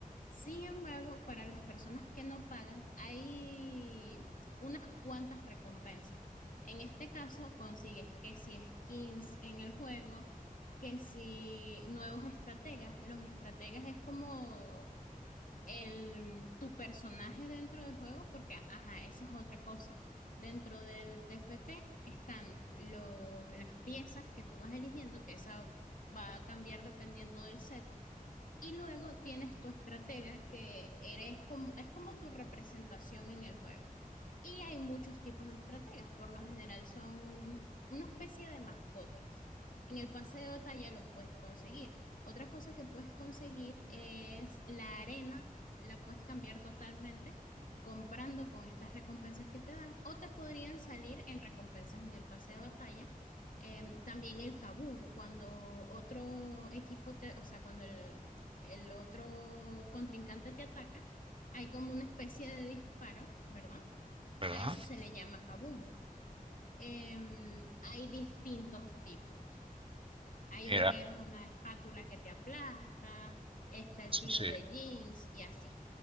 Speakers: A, on the left; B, on the right.
A: Sin embargo, para las personas que no pagan, hay unas cuantas recompensas. En este caso, consigues que si skins en el juego, que si nuevos estrategas, los estrategas es como el, tu personaje dentro del juego, porque, ajá, esa es otra cosa. Dentro del T F T están los, las piezas que tú vas eligiendo, que esa va a cambiar dependiendo del set, y luego tienes tu estratega, que eres como, es como tu representación en el juego. Y hay muchos tipos de estrategas, por lo general son una especie de mascotas. En el pase de batalla lo puedes conseguir. Otra cosa que puedes conseguir es la arena, la puedes cambiar totalmente comprando con estas recompensas que te dan o te podrían salir en recompensas en el pase de batalla. Em, también el kabum, cuando otro equipo te, o sea, cuando el el otro contrincante te ataca, hay como una especie de disparo, ¿verdad?
B: ¿verdad?
A: A eso se le llama kaboom. Eh, hay distintos tipos. Hay
B: Mira,
A: uno que es una espátula que te aplasta, está el
B: sí.
A: tiro
B: sí.
A: de jeans y así.